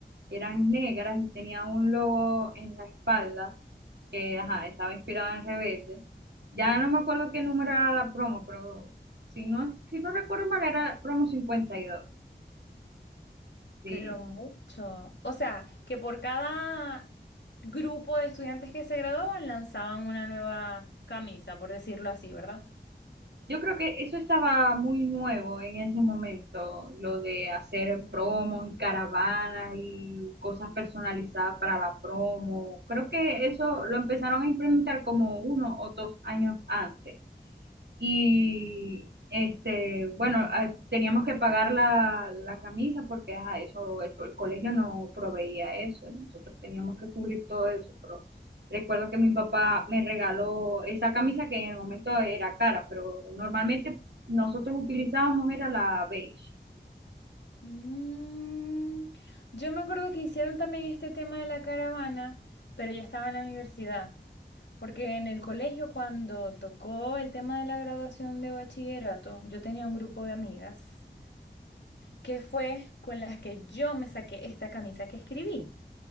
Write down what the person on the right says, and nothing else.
eran negras y tenían un logo en la espalda, que ajá, estaba inspirado en Rebelde. Ya no me acuerdo qué número era la promo, pero si no, si no recuerdo mal, era promo cincuenta y dos Sí.
Yo creo que eso estaba muy nuevo en ese momento, lo de hacer promos y caravanas y cosas personalizadas para la promo. Creo que eso lo empezaron a implementar como uno o dos años antes y este, bueno, ah, teníamos que pagar la, la camisa porque ajá, eso, el, el colegio no proveía eso, nosotros teníamos que cubrir todo eso, pero recuerdo que mi papá me regaló esa camisa que en el momento era cara, pero normalmente nosotros utilizábamos era la beige.